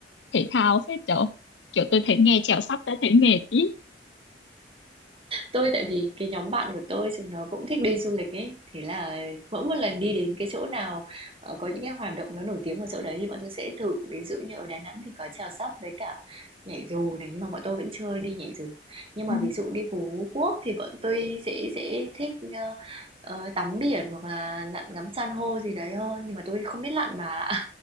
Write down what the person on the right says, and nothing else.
Tôi tại vì cái nhóm bạn của tôi chúng nó cũng thích đi du lịch ấy, thế là mỗi một lần đi đến cái chỗ nào ờ, có những cái hoạt động nó nổi tiếng ở chỗ đấy thì bọn tôi sẽ thử. Ví dụ như ở Đà Nẵng thì có chèo sắp với cả nhảy dù này nhưng mà bọn tôi vẫn chưa đi nhảy dù. Nhưng mà
ví dụ đi Phú Quốc thì bọn tôi sẽ sẽ thích ờ, ờ, tắm biển hoặc là lặn ngắm san hô gì đấy hơn nhưng mà tôi không biết lặn mà